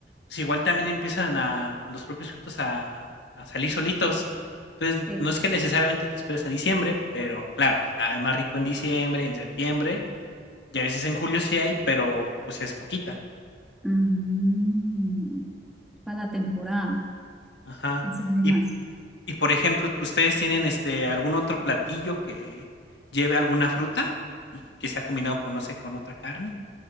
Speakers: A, on the left; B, in the centre.
A: pues igual también empiezan a los propios frutos a, a salir solitos. Entonces,
B: Sí.
A: no es que necesariamente te esperes a diciembre, pero claro, está más rico en diciembre, en septiembre, y a veces en julio sí hay, pero pues es poquita.
B: Mm, para la temporada.
A: Ajá.
B: ¿Qué se vende
A: Y
B: más?
A: Y por ejemplo, ¿ustedes tienen este algún otro platillo que lleve alguna fruta y que sea combinado con, no sé, con otra carne?